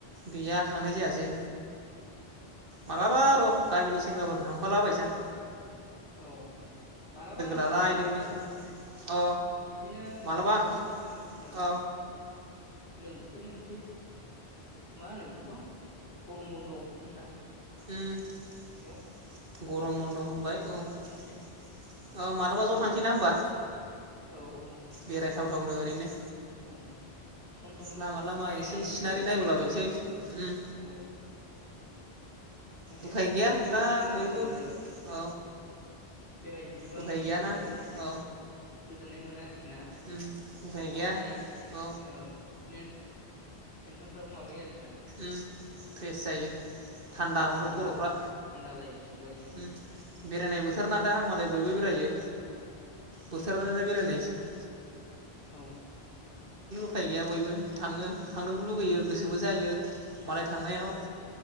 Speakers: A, on the right (about 55°); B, on the left (about 75°).
A: गैया थांनाय जायासै। मालाबा र' गामिनि सेंग्राफोर थां फाला बायसां
B: औ मालाबा आंबो
A: लालायदोंमोन
B: खनसे थांबावगोन र
A: औ
B: बिदिनो
A: मालाबा
B: गोलोम बोथोरनि मोन ओ
A: औ
B: गोलोम बोथोरनि मोनसे मा होनो बेखौ गरम बन्द होनना
A: उम्म
B: बेयाव
A: गरम बन्द
B: खनसे
A: होनबाय
B: मालाबा
A: औ। ओ
B: थांबावनोसै
A: मालाबा
B: बिदिनो
A: ज थांसैना होमबा?
B: औ औ
A: बेरायथाव थावनो ओरैनो
B: ओं सम सम
A: लामा लामा
B: बेरायनांगौबो
A: एसे सिनारि
B: माने
A: नायबोलाबायसै उम
B: औ ओं। माने
A: उफाय गैया
B: बेफोरबायदि
A: दा
B: समायना
A: बयबो
B: रमायना जायगाफोराव
A: औ
B: बेरायहैयोबा
A: उफाय
B: माने
A: गैयाना
B: गोसोआबो एसे
A: औ
B: गोजोननाय मोनो आरो खिना
A: उम उफाय
B: खर'आव
A: गैया
B: थानाय
A: औ
B: ओ बिदिनो टेनसनफ्राबो माबायो आरोख
A: उम फ्रेस जायो। थान्दा
B: मा
A: मोनो
B: उम
A: ख'रफ्रा
B: थान्दा जायो सुग्लायो
A: उम बेरायनाय बोथोर ना दा मालाय बयबो बेरायो
B: औ
A: बोथोरना दा बेरायनायसो। <inaudible>
B: औ
A: उफाय गैया बयबो थाङो थांनोबो लुगैयो गोसोबो जायो। मालाय थांनायाव
B: औ